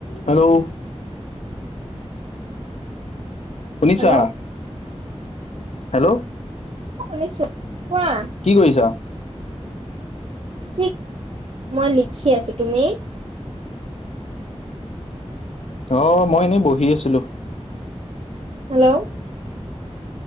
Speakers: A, on the left; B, on the right.
A: Hello! শুনিছা?
B: Hello
A: hello!
B: শুনিছো, কোৱা।
A: কি কৰিছা?
B: কি মই লিখি আছো। তুমি?
A: অ মই এনেই বহি আছিলো।
B: হেল্ল'!